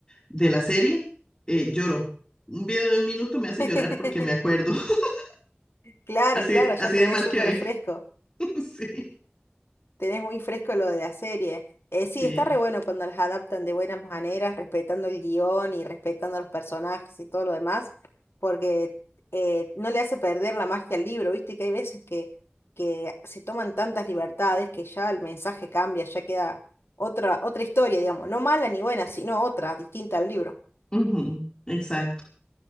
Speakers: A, on the left; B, on the left.
A: de la serie, eh, lloro. Un video de un minuto me hace
B: <laughs>
A: llorar porque me acuerdo, <laughs>
B: Claro,
A: así,
B: claro, ya
A: así
B: tenés
A: de mal
B: súper
A: quedé.
B: fresco,
A: <laughs> Sí.
B: tenés muy fresco lo de la serie. Eh, sí,
A: Sí.
B: está re bueno cuando las adaptan de buenas maneras, respetando el guión y respetando a los personajes y todo lo demás, porque eh, no le hace perder la magia al libro, viste que hay veces que, que se toman tantas libertades que ya el mensaje cambia, ya queda otra, otra historia, digamos, no mala ni buena, sino otra, distinta al libro.
A: Ujú, exacto.